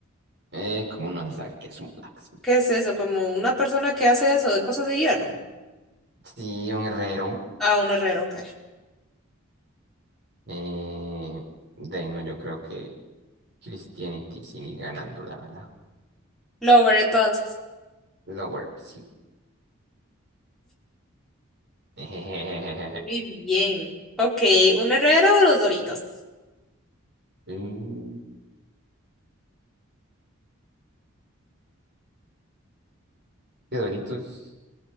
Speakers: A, on the right; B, in the centre.
A: Eh, ¿cómo no vas a saber qué es un blacksmith?
B: ¿Qué es eso? ¿Como una persona que hace eso de cosas de hierro?
A: Sí, un herrero.
B: Ah, un herrero, ok.
A: Eh, de ahí no, yo creo que Christianity sigue ganando, la verdad.
B: Lover, entonces.
A: Lower, sí. <laughs>
B: Muy bien. Ok, ¿un herrero o los Doritos?
A: Mm, que Doritos.